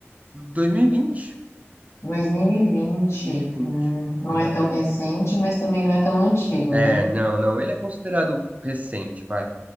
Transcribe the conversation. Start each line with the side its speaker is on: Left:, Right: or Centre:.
Right: 2020.
Left: 2020.
Right: 2020,
Left: Hum, não
Right: exatamente.
Left: é tão recente, mas também não é tão antigo,
Right: É,
Left: né?
Right: não, não, ele é considerado recente, vai.